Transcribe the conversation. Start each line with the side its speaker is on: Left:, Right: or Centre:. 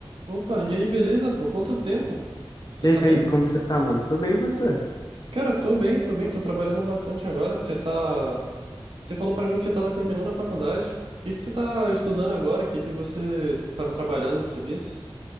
Right: Opa, e aí, beleza, pô? Quanto tempo? Você
Left: E
Right: tá
Left: aí, Kaique,
Right: bem?
Left: como você tá, mano? Tô bem, e você?
Right: Cara, tô bem, tô bem, tô trabalhando bastante agora. Você tá. Você falou pra mim que você tava terminando a faculdade. O que que você tá estudando agora? O que que você tava trabalhando, que você disse?